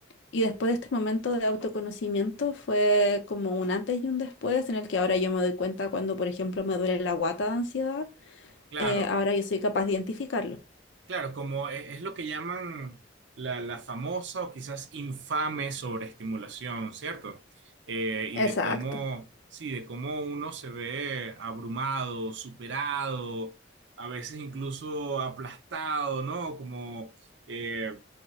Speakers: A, on the left (about 70°); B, on the right (about 65°).
A: Y después de este momento de autoconocimiento fue como un antes y un después en el que ahora yo me doy cuenta cuando, por ejemplo, me duele la guata de ansiedad,
B: claro,
A: eh, ahora yo soy capaz de identificarlo.
B: claro, como e- es, lo que llaman la, la famosa o quizás infame sobreestimulación, ¿cierto? Eh, y de
A: Exacto.
B: cómo, sí, de cómo uno se ve abrumado, superado, a veces incluso aplastado, ¿no? Como eh,